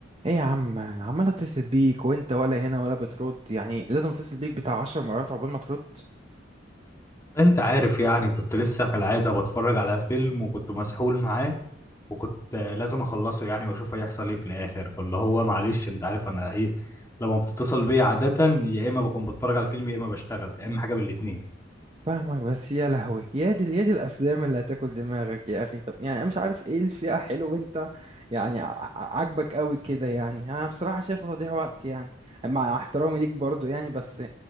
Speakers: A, on the right (about 30°); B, on the left (about 15°).
A: ايه يا عم عمال اتصل بيك وانت ولا هنا ولا بترد يعني لازم اتصل بيك بتاع عشر مرات عقبال ما ترد
B: والله انت عارف يعني كنت لسه كالعادة بتفرج على فيلم وكنت مسحول معاه وكنت آه، لازم اخلصه يعني واشوف هيحصل ايه في الاخر فاللي هو معلش انت عارف انا ايه لما بتتصل بيا عادة يا اما بكون بتفرج على فيلم يا اما بشتغل يا اما حاجة من الاتنين
A: فاهمك بس يا لهوي يا دي يا دي الافلام اللي هتاكل دماغك يا اخي طب يعني انا مش عارف ايه الفئة حلو وانت يعني ع- ع- عاجبك قوي كده يعني انا بصراحة شايفه تضييع وقت يعني مع احترامي ليك برضو يعني بس